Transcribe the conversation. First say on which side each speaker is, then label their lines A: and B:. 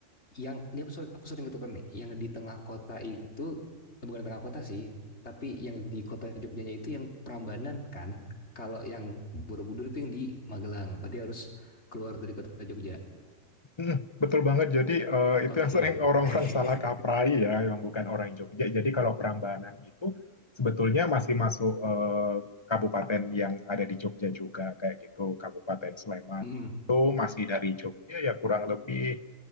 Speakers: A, on the left; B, on the left.
A: yang ini aku sering, aku sering ketukar nih, yang di tengah kota itu eh, bukan tengah kota sih, tapi yang di kota Jogjanya itu yang Prambanan kan. Kalau yang Borobudur itu yang di Magelang. Berarti harus keluar dari kota Jogja.
B: Mm, betul banget. Jadi eh,
A: Oke,
B: itu yang sering orang-orang
A: <laughs>
B: salah kaprai ya, yang bukan orang Jogja. Jadi kalau Prambanan itu sebetulnya masih masuk eh, kabupaten yang ada di Jogja juga kayak gitu, Kabupaten Sleman.
A: Mm-mm.
B: Nah, Itu masih dari Jogja ya kurang lebih